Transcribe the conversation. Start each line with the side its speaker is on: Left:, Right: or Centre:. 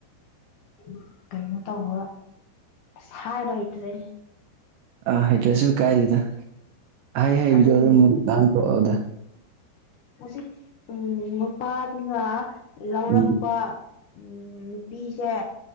Left: ꯎ ꯀꯩꯅꯣ ꯇꯧꯔ ꯁꯔ ꯔꯍꯤꯇꯔꯅꯤ
Right: ꯑꯥ ꯍꯩꯇ꯭ꯔꯦꯁꯁꯨ ꯀꯥꯏꯗꯦꯗ ꯑꯩ ꯍꯩꯕꯗꯣ
Left: ꯑꯗꯨꯅꯦ
Right: ꯑꯗꯨꯝ ꯑꯃꯨꯛ ꯅꯍꯥꯟꯊꯣꯛꯛꯑꯣꯗ
Left: ꯍꯧꯖꯤꯛ ꯎ ꯃꯄꯥꯗꯨꯅ ꯂꯧꯔꯛꯄ
Right: ꯎꯝ
Left: ꯎꯝ ꯅꯨꯄꯤꯁꯦ